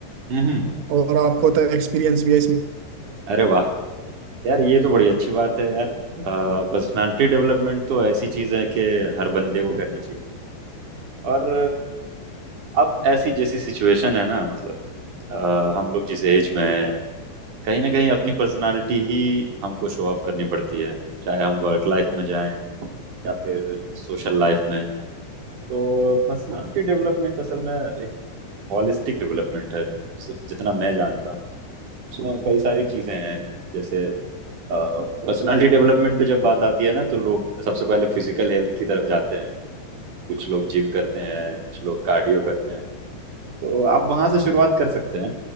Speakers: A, on the right; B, on the right.
A: है हम्म
B: और आपको तो एक्सपीरियंस भी है
A: अरे वाह यार ये तो बड़ी अच्छी बात है यार पर्सनालिटी डेवलपमेंट तो ऐसी चीज है कि हर बंदे को करनी चाहिए और अ, अब ऐसी जैसी सिचुएशन है ना मतलब अ, हम लोग जिस एज में है कहीं ना कहीं अपनी पर्सनालिटी ही हमको शो ऑफ करनी पड़ती है चाहे हम वर्क लाइफ में जाएं या फिर सोशल लाइफ में तो पर्सनालिटी डेवलपमेंट असल में एक हॉलिस्टिक डेवलपमेंट है जितना मैं जानता हूँ उसमें कई सारी चीजें हैं जैसे पर्सनालिटी डेवलपमेंट पे जब बात आती है ना तो लोग सबसे पहले फिजिकल हेल्थ की तरफ जाते हैं कुछ लोग जिम करते हैं कुछ लोग कार्डियो करते हैं तो आप वहां से शुरुआत कर सकते हैं